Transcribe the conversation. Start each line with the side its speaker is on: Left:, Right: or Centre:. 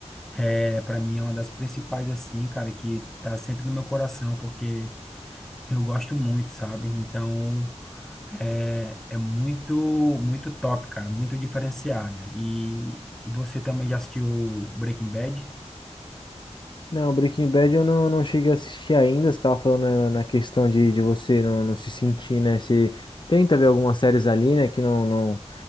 Centre: é, para mim é uma das principais assim, cara, que tá sempre no meu coração, porque eu gosto muito, sabe? Então é, é muito, muito top, cara, muito diferenciada. E, e você também já assistiu Breaking Bad?
Left: Não, Breaking Bad eu não, não cheguei a assistir ainda, você tava falando né, na na questão de, de você não, não se sentir, né, se tenta ver algumas séries ali, né, que não, não